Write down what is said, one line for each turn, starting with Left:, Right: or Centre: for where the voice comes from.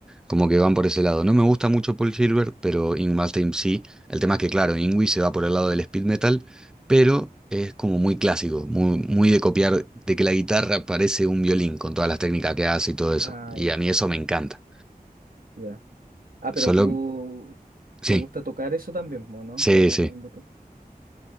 Centre: como que van por ese lado. No me gusta mucho Paul Gilbert, pero Ingrid Malmsteen sí. El tema es que, claro, Ingrid se va por el lado del speed metal, pero es como muy clásico, muy, muy de copiar, de que la guitarra parece un violín con todas las técnicas que hace y todo eso.
Right: ah,
Centre: Y
Right: ya,
Centre: a mí eso me encanta.
Right: ya. Ah, pero
Centre: Solo,
Right: tú
Centre: sí,
Right: te gusta tocar eso también, po, ¿no?
Centre: sí,
Right: Como, eh,
Centre: sí,
Right: cuando to-